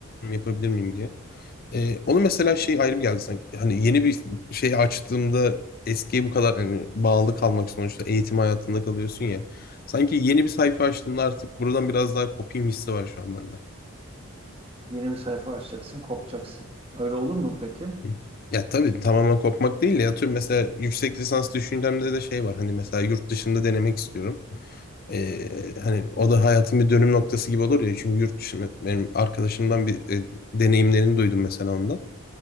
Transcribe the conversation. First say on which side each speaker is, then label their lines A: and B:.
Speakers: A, on the left; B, on the right.
A: yapabilir miyim diye. Ee, onu mesela şey ayrım geldi sanki. Hani yeni bir şey açtığımda eskiye bu kadar hani bağlı kalmak sonuçta eğitim hayatında kalıyorsun ya. Sanki yeni bir sayfa açtığımda artık buradan biraz daha kopayım hissi var şu an bende.
B: Yeni bir sayfa açacaksın, kopacaksın. Öyle olur mu peki?
A: Hı. Ya tabii tamamen kopmak değil de ya tüm mesela yüksek lisans düşüncemde de şey var. Hani mesela yurt dışında denemek istiyorum. Ee, hani o da hayatın bir dönüm noktası gibi olur ya çünkü yurt dışı benim arkadaşımdan bir e, deneyimlerini duydum mesela ondan.